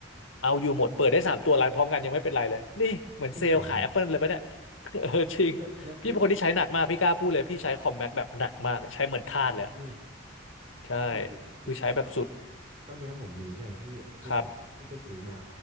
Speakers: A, on the left; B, on the right.
A: เอาอยู่หมดเปิดได้สามตัวรันพร้อมกันยังไม่เป็นไรเลยนี่เหมือนเซลล์ขาย
B: จริงเหรอครับ
A: Apple เลยปะเนี่ย <laughs> เออจริงพี่เป็นคนที่ใช้หนักมากพี่กล้าพูดเลยพี่ใช้คอมแม็กแบบหนักมากใช้เหมือนทาสเลยอะ
B: แล้วแล้วคืออืม
A: ใช่
B: คือคือคือตอน
A: คือใช้แบบสุด
B: ตอนเนี้ยผมมีใช่ไหมพี่คือผมอะเพิ่งไปซื้อมา
A: ครับ